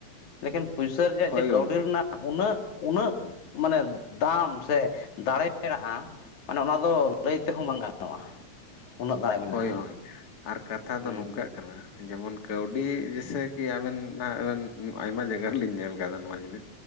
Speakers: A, on the left; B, on the left.
A: ᱞᱮᱠᱤᱱ ᱯᱩᱭᱥᱟᱹ ᱨᱮᱭᱟᱜ
B: ᱦᱳᱭ
A: ᱡᱮ
B: ᱜᱚᱝᱠᱮ
A: ᱠᱟᱹᱣᱰᱤ ᱨᱮᱱᱟᱜ ᱩᱱᱟᱹᱜ ᱩᱱᱟᱹᱜ ᱢᱟᱱᱮ ᱫᱟᱢ ᱥᱮ ᱫᱟᱲᱮ ᱢᱮᱱᱟᱜᱼᱟ ᱢᱟᱱᱮ ᱚᱱᱟ ᱫᱚ ᱞᱟᱹᱭ ᱛᱮᱦᱚᱸ ᱵᱟᱝ ᱜᱟᱱᱚᱜᱼᱟ᱾ ᱩᱱᱟᱹᱜ ᱫᱟᱲᱮ ᱢᱮᱱᱟᱜᱼᱟ
B: ᱦᱳᱭ ᱦᱳᱭ, ᱟᱨ ᱠᱟᱛᱷᱟ
A: ᱦᱮᱸ
B: ᱫᱚ ᱱᱚᱝᱠᱟᱜ ᱠᱟᱱᱟ ᱡᱮᱢᱚᱱ ᱠᱟᱹᱣᱰᱤ ᱡᱮ ᱥᱮ ᱠᱤ ᱟᱵᱮᱱ ᱱᱟᱜ ᱟᱵᱮᱱ ᱟᱭᱢᱟ ᱡᱟᱭᱜᱟ ᱨᱮᱞᱤᱧ ᱧᱮᱞ ᱠᱟᱫᱟ ᱱᱚᱣᱟ ᱡᱤᱱᱤᱥ